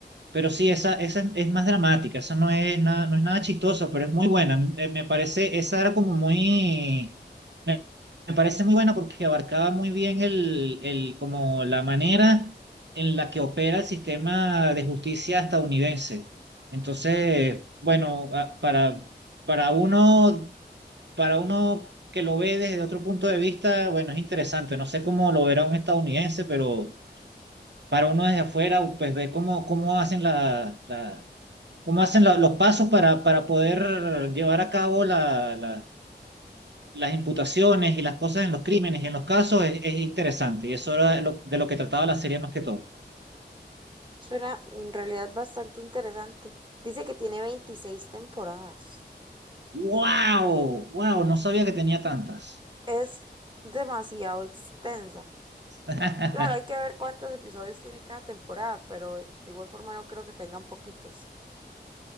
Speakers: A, on the right; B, on the right.
A: Pero sí, esa, esa es más dramática, esa no es nada, no es nada chistosa, pero es muy buena. A mí, eh, Me parece, esa era como muy, me, me parece muy buena porque abarcaba muy bien el, el, como la manera en la que opera el sistema de justicia estadounidense. Entonces, bueno, a- para, para uno, para uno que lo ve desde otro punto de vista, bueno, es interesante. No sé cómo lo verá un estadounidense, pero para uno desde afuera, pues ver cómo, cómo hacen la, la- cómo hacen la- los pasos para, para poder llevar a cabo la- la- las imputaciones y las cosas en los crímenes y en los casos es, es interesante. Y eso era lo- de lo que trataba la serie más que todo.
B: Suena en realidad bastante interesante. Dice que tiene veintiséis temporadas.
A: ¡Wow! ¡Wow! No sabía que tenía tantas.
B: Es demasiado extensa.
A: <laughs>
B: Claro, hay que ver cuántos episodios tiene cada temporada, pero de igual forma no creo que tengan poquitos.